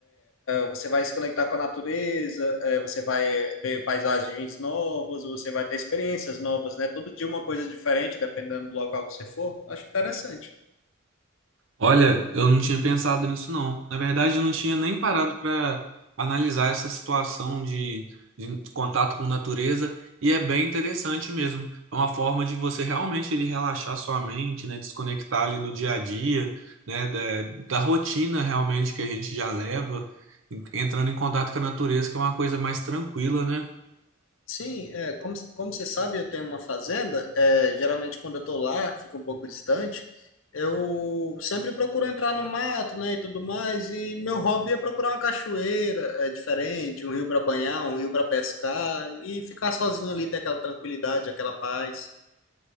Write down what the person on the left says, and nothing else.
Você vai se conectar com a natureza, é, você vai ver paisagens novas, você vai ter experiências novas, né? Todo dia uma coisa diferente, dependendo do local que você for. Acho interessante.
Sim, é, como, como você sabe, eu tenho uma fazenda. é, geralmente, quando eu estou lá, fica um pouco distante. Eu sempre procuro entrar no mato, né, e tudo mais. E meu hobby é procurar uma cachoeira, é diferente, um rio para banhar, um rio para pescar e ficar sozinho ali, ter aquela tranquilidade, aquela paz.